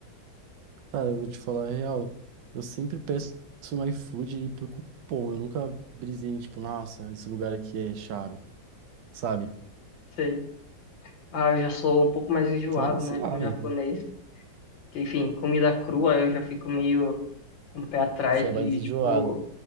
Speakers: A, on the right (about 75°); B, on the left (about 80°).
A: Cara, eu vou te falar a real. Eu sempre peço no iFood e pro cupom. Eu nunca brisei em, tipo, nossa, esse lugar aqui é chave, sabe?
B: Sei. Ah, eu já sou um pouco mais enjoado,
A: Então, sei
B: né,
A: lá,
B: com
A: man,
B: japonês. Que, enfim, comida crua eu já fico meio com o pé atrás
A: você é
B: de,
A: mais enjoado.
B: tipo,